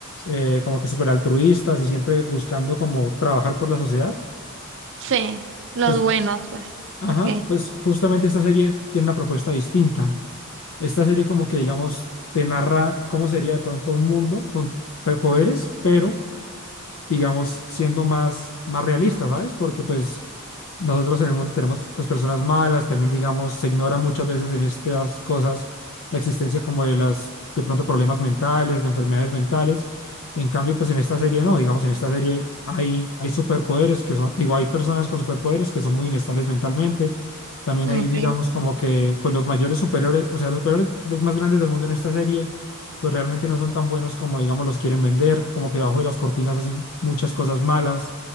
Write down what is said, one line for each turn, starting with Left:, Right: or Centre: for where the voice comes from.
Left: eh, como que super altruistas y siempre buscando como trabajar por la sociedad.
Right: Sí, los
Left: Pues,
Right: buenos, pues.
Left: ajá,
Right: Ok,
Left: pues justamente esta serie tiene una propuesta distinta. Esta serie como que, digamos, te narra cómo sería de pronto un mundo con pe- poderes, pero digamos, siendo más, más realistas, ¿sabes? Porque pues nosotros en el mundo tenemos pues personas malas, también digamos, se ignora muchas veces en estas cosas la existencia como de las, de pronto problemas mentales, de enfermedades mentales. En cambio, pues en esta serie no, digamos, en esta serie hay, hay superpoderes que son, digo, hay personas con superpoderes que son muy inestables mentalmente. También
Right: ok.
Left: hay, digamos, como que pues los mayores superhéroes, o sea, los superhéroes, los más grandes del mundo en esta serie pues realmente no son tan buenos como, digamos, los quieren vender, como que bajo de las cortinas hacen muchas cosas malas.